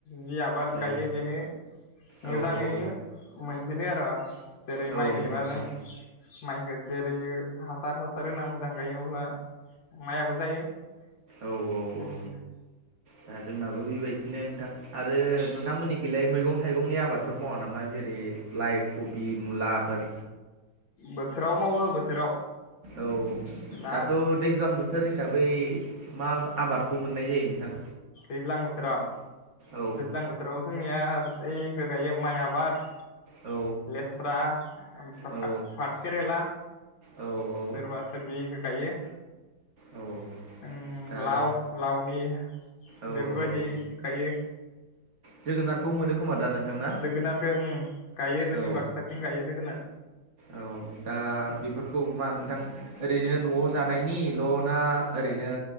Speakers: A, on the left (about 85°); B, on the right (about 40°).
A: जि आबाद
B: औ
A: गायो बेनो मोजाङै
B: औ औ
A: मोनफिनो आरो। जेरै
B: औ
A: माइ गायबा
B: नोंथां
A: जों
B: औ
A: माइखौ जेरै सार हासार ना मोजां गायो अब्ला माइआबो जायो। उम
B: औ औ औ दा जोंनाबो बेबायदिनो नोंथां आरो नोंथांमोननि खिलाय मैगं थाइगंनि आबादफोर मावा नामा जेरै जेरै लाइ, खबि। मुलाफोर
A: बोथोराव मावो बोथोराव
B: औ
A: दा
B: दाथ' दैज्लां बोथोर हिसाबै मा आबादखौ मोननाय जायो नोंथां?
A: दैज्लां बोथोराव
B: औ
A: दैज्लां बोथोराव जोंनिया ओइखौ गायो माइ आबाद
B: औ
A: लेस्रा ओमफ्राय
B: औ
A: फाट केेरेला
B: औ औ
A: सोरबा सोरबि इखो गायो।
B: औ
A: उम
B: दा
A: लाव, लावनि
B: औ
A: बेफोरबायदि
B: औ
A: गायो।
B: जोगोनारखौ मोनो खोमा दा नोंथां ना?
A: जोगोनारखौ ओम गायो जोंनि
B: औ
A: बाक्साथिं गायो जोगोनार
B: औ दा बेफोरखौ मा नोंथां ओरैनो नआव जानायनिल' ना ओरैनो